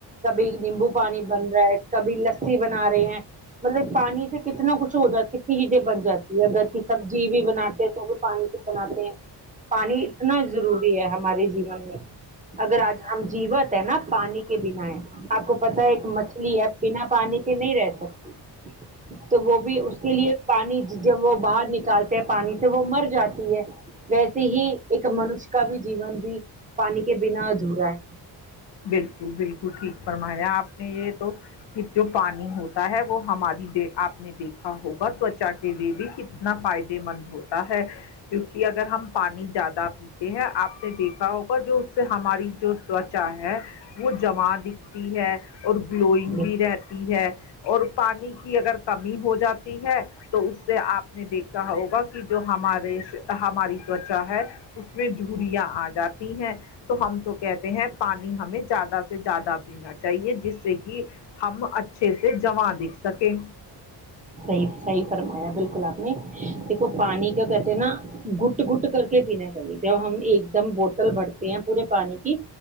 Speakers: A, on the right (about 20°); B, on the left (about 80°).
A: کبھی نیمبو پانی بن رہا ہے کبھی لسی بنا رہے ہیں مطلب پانی سے کتنا کچھ ہو کتنی چیزیں بن جاتی ہے اگر کہ سبزی بھی بناتے ہیں تو بھی پانی سے بناتے ہیں پانی اتنا ضروری ہے ہمارے جیون میں اگر آج ہم جیوت ہے نا پانی کے بنا ہے آپ کو پتا ہے ایک مچھلی ہے بنا پانی کے نہیں رہ سکتی تو وہ بھی اس کے لیے پانی جب وہ باہر نکالتے ہیں پانی سے وہ مر جاتی ہے ویسے ہی ایک منش کا بھی جیون بھی پانی کے بنا ادھورا ہے
B: بالکل بالکل ٹھیک فرمایا آپ نے یہ تو جو پانی ہوتا ہے وہ ہماری آپ نے دیکھا ہوگا تچا کے لیئے بھی ک تنا فائدے مند ہوتا ہے کیونکہ اگر ہم پانی زیادہ پیتے ہے آپ نے دیکھا ہوگا جو اس سے ہماری جو تچا ہے وہ جمع دکھ ہے اور گلوئنگ
A: ہے
B: بھی رہتی ہے اور پانی کی اگر کمی ہو جاتی ہے تو اس سے آپ نے دیکھا ہوگا کی جو ہمارے اس ہماری تچا ہے اس میں جھوریاں آ جاتی ہیں تو ہم تو کہتے ہیں پانی ہمیں زیادہ سے زیادہ پین چاہیے جس سے کی ہم اچھے سے جماں دکھ سکیں
A: صحی صحی فرمایا بالکل آپ نے دیکھو پانی کا کہتے ہیں نا گٹ گٹ کر کے پینا چاہیے جب ہم ایک دم بو تل بھرتے ہیں پورے پانی کی